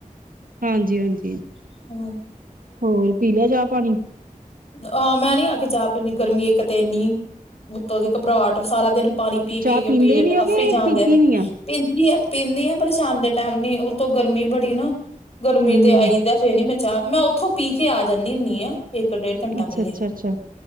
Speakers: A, on the right (about 85°); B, on the left (about 45°).
A: ਹਾਂਜੀ-ਹਾਂਜੀ
B: ਹੂੰ।
A: ਹੋਰ ਪੀ ਲਿਆ ਚਾਹ-ਪਾਣੀ?
B: ਆ ਮੈਂ ਨੀ ਆਕੇ ਚਾਹ ਪੀਨੀ ਗਰਮੀ ਇੱਕ ਤੇ ਇੰਨੀ ਉੱਤੋਂ ਦੀ ਘਬਰਾਹਟ ਸਾਰਾ ਦਿਨ ਪਾਣੀ ਪੀ-ਪੀ
A: ਚਾਹ
B: ਕੇ
A: ਪੀਂਦੇ
B: ਪੇਟ
A: ਹੀ ਨੀ ਹੋਗੇ
B: ਅਫਰੀ ਜਾਣ
A: ਪੀਤੀ
B: ਦਿਆ।
A: ਨੀ ਆ
B: ਪੀਂਦੀ ਆ ਪੀਂਦੀ ਆ ਪਰ ਸ਼ਾਮ ਦੇ ਟੈਮ ਨੀ ਉਤੋਂ ਗਰਮੀ ਬੜੀ ਨਾ। ਗਰਮੀ
A: ਹਮ
B: ਤੇ ਆਈ ਦਾ ਫੇਰ ਨੀ ਮੈਂ ਚਾਹ ਮੈਂ ਓਥੋ ਪੀ ਕੇ ਆ ਜਾਂਨੀ ਹੁੰਨੀ ਆ ਇੱਕ-ਡੇਢ ਘੰਟਾ
A: ਅੱਛਾ
B: ਪੈਲੇ
A: ਅੱਛਾ ਅੱਛਾ